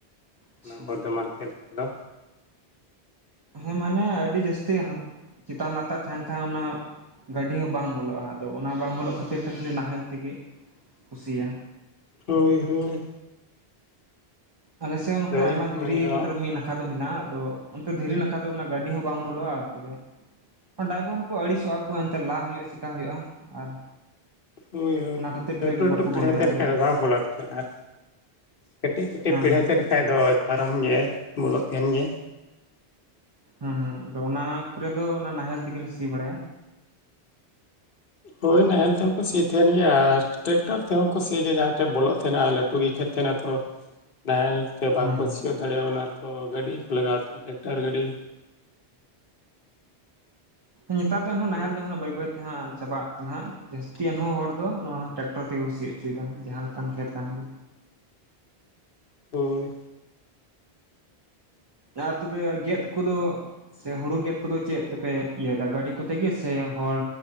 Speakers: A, on the right; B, on the left.
A: ᱟᱪᱪᱷᱟ
B: ᱚᱱᱟ ᱵᱚᱨᱫᱷᱚᱢᱟᱱ ᱥᱮᱫ ᱞᱮᱠᱟ ᱫᱚ
A: ᱦᱮᱸ ᱢᱟᱱᱮ ᱟᱹᱰᱤ ᱡᱟᱹᱟᱥᱛᱤ ᱪᱮᱛᱟᱱ ᱞᱟᱛᱟᱨ ᱛᱟᱦᱮᱱ ᱠᱷᱟᱱ ᱚᱱᱟ ᱜᱟᱹᱰᱤ ᱦᱚᱸ ᱵᱟᱝ ᱵᱚᱞᱚᱜᱼᱟ ᱟᱫᱚ ᱚᱱᱟ ᱵᱟᱝ ᱵᱚᱞᱚᱜ ᱠᱷᱟᱹᱛᱤᱨ ᱛᱮ ᱠᱷᱟᱹᱞᱤ ᱱᱟᱦᱮᱞ ᱛᱤᱜᱤ ᱠᱩ ᱥᱤᱭᱟ
B: ᱦᱳᱭ ᱦᱳᱭ
A: ᱟᱞᱮᱥᱮᱫ ᱱᱚᱛᱮ
B: ᱟᱫᱚ ᱩᱱ
A: ᱟᱭᱢᱟ
B: ᱥᱚᱢᱚᱭ
A: ᱫᱷᱤᱨᱤ
B: ᱫᱚ
A: ᱢᱚᱛᱞᱚᱵ
B: ᱦᱟᱸᱜ
A: ᱢᱮᱱᱟᱜ ᱱᱟᱠᱷᱟ ᱫᱚ ᱢᱮᱱᱟᱜᱼᱟ ᱟᱫᱚ ᱚᱱᱛᱮ ᱫᱷᱤᱨᱤ ᱱᱟᱠᱷᱟ ᱫᱚ ᱜᱟᱹᱰᱤ ᱦᱚᱸ ᱵᱟᱝ ᱵᱚᱞᱚᱜᱼᱟ ᱛᱚᱵᱮ ᱰᱟᱭᱵᱚᱨ ᱦᱚᱸᱠᱚ ᱟᱹᱲᱤᱥᱚᱜᱼᱟ ᱠᱚ ᱮᱱᱛᱮ ᱞᱟ ᱦᱩᱭᱩᱜᱼᱟ ᱪᱮᱠᱟ ᱦᱩᱭᱩᱜᱼᱟ ᱟᱨ
B: ᱦᱳᱭ ᱦᱳᱭ
A: ᱚᱱᱟ ᱠᱷᱟᱹᱛᱤᱨ
B: ᱞᱳᱴᱩ
A: ᱛᱮ
B: ᱞᱳᱴᱩ
A: ᱵᱟᱠᱚ
B: <inaudible>
A: ᱵᱚᱞᱚᱭᱟ
B: <inaudible>
A: ᱟᱫᱚ
B: ᱵᱟᱝ ᱵᱚᱞᱚ ᱟᱨ ᱠᱟᱹᱴᱤᱡ ᱠᱟᱹᱴᱤᱡ
A: ᱦᱮᱸ
B: <inaudible>
A: ᱦᱮᱸ
B: ᱛᱟᱦᱮᱱ ᱠᱷᱟᱱ ᱫᱚ ᱯᱟᱨᱚᱢ ᱜᱮᱭᱟᱭ ᱵᱚᱞᱚᱜ ᱛᱟᱦᱮᱱ ᱜᱮᱭᱟᱭ
A: ᱦᱩᱸ ᱦᱩᱸ ᱟᱫᱚ ᱚᱱᱟ ᱠᱚᱨᱮ ᱫᱚ ᱚᱱᱟ ᱱᱟᱦᱮᱞ ᱛᱤᱜᱤᱞᱮ ᱥᱤ ᱵᱟᱲᱟᱭᱟ
B: ᱦᱳᱭ ᱱᱟᱦᱮᱞ ᱛᱮᱦᱚᱸ ᱠᱚ ᱥᱤ ᱛᱟᱦᱮᱱ ᱜᱮᱭᱟ ᱟᱨ ᱴᱮᱠᱴᱟᱨ ᱛᱮᱦᱚᱸ ᱠᱚ ᱥᱤ ᱜᱮᱭᱟ ᱡᱟᱦᱟᱸ ᱴᱷᱮᱱ ᱵᱚᱞᱚᱜ ᱛᱟᱦᱮᱱᱟᱠ ᱴᱩᱜᱤ ᱠᱷᱮᱛ ᱛᱟᱦᱮᱱᱟ ᱛᱚ ᱱᱟᱦᱮᱞ ᱛᱮ ᱵᱟᱠᱚ
A: ᱦᱮᱸ
B: ᱥᱤᱭᱳᱜ ᱫᱟᱲᱮᱭᱟ ᱚᱱᱟ ᱛᱚ ᱜᱟᱹᱰᱤ ᱠᱚ ᱞᱟᱜᱟᱣ ᱴᱮᱠᱴᱟᱨ ᱜᱟᱹᱰᱤ
A: ᱱᱤᱛᱟᱨ ᱫᱚᱱ
B: ᱦᱳᱭ
A: ᱱᱟᱦᱮᱞ ᱫᱚ ᱵᱟᱹᱭ ᱵᱟᱹᱭ ᱛᱮ ᱦᱟᱸᱜ ᱪᱟᱵᱟᱜ ᱠᱟᱱᱟ ᱡᱟᱹᱥᱛᱤᱟᱭᱟᱱ ᱦᱚᱸ ᱦᱚᱲ ᱫᱚ ᱱᱚᱣᱟ ᱴᱮᱠᱴᱚᱨ ᱛᱮᱜᱮ ᱠᱚ ᱥᱤ ᱚᱪᱚᱭᱮᱫᱟ ᱡᱟᱦᱟᱸ ᱞᱮᱠᱟᱱ ᱠᱷᱮᱛ ᱠᱟᱱ ᱜᱮ
B: ᱦᱳᱭ
A: ᱟᱨ ᱛᱚᱵᱮ ᱜᱮᱫ ᱠᱚᱫᱚ? ᱥᱮ ᱦᱩᱲᱩ ᱜᱮᱫ ᱠᱚᱫᱚ ᱪᱮᱫ ᱛᱮᱯᱮ ᱤᱭᱟᱹᱭ ᱫᱟ? ᱜᱟᱹᱰᱤ ᱠᱚ ᱛᱮᱜᱮ ᱥᱮ ᱦᱚᱲ